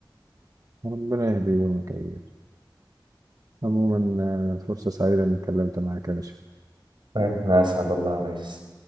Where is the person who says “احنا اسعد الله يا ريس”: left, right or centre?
Right